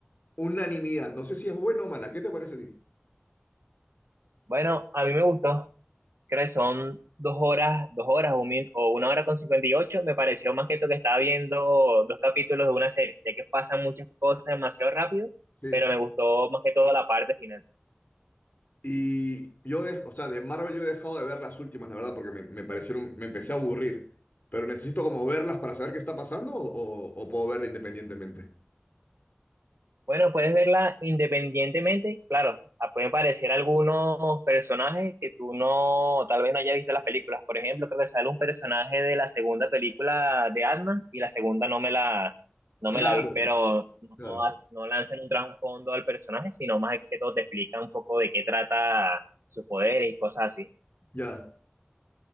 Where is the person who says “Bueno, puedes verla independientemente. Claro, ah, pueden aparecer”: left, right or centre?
Right